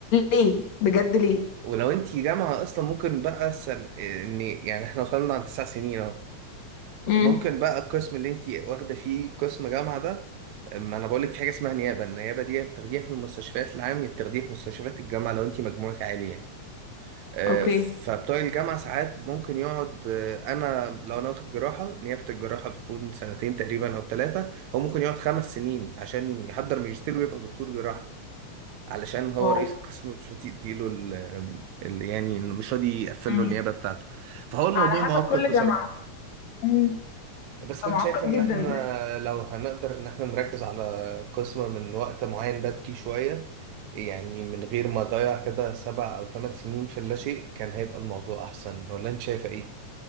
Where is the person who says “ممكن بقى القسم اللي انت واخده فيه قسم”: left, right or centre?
Right